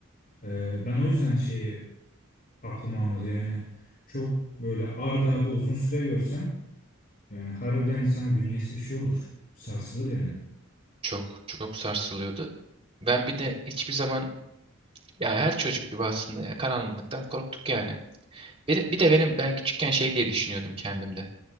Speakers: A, on the left; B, on the right.
A: Ee, ben o yüzden şeyi aklım almadı yani. Çok böyle ard arda uzun süre görsen yani harbiden insan bünyesi bir şey olur. Sarsılır yani.
B: Çok çok sarsılıyordu. Ben bir de hiçbir zaman ya her çocuk gibi aslında ya, karanlıktan korktuk yani. Bir, bir de benim ben küçükken şey diye düşünüyordum kendimde.